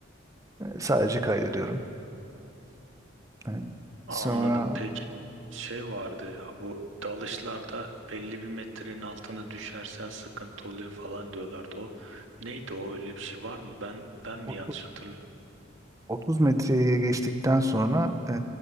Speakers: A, on the right; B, on the right.
A: e, sadece kaydediyorum. Ee,
B: Anladım.
A: sonra
B: Peki şey vardı ya bu dalışlarda belli bir metrenin altına düşersen sıkıntı oluyor falan diyorlardı o. Neydi o öyle bir şey var mı? Ben ben mi
A: 30,
B: yanlış hatırlıyorum?
A: 30 metreyi geçtikten sonra e,